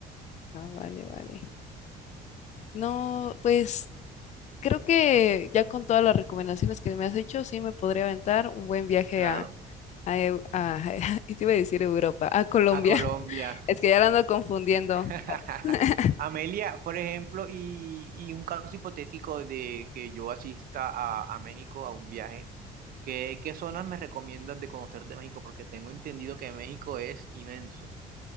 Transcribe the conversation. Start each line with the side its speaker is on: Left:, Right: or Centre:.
Left: Ah, vale, vale. No, pues creo que ya con todas las recomendaciones que me has hecho, sí me podría aventar un buen viaje
Right: Claro.
Left: a, Eu- a- <laughs> y te iba a decir Europa, a Colombia.
Right: A Colombia.
Left: <laughs> Es que ya la ando confundiendo.
Right: <laughs>
Left: <laughs>
Right: Amelia, por ejemplo, y, y un caso hipotético de que yo asista a, a México a un viaje, ¿qué, qué zonas me recomiendas de conocer de México? Porque tengo entendido que México es inmenso.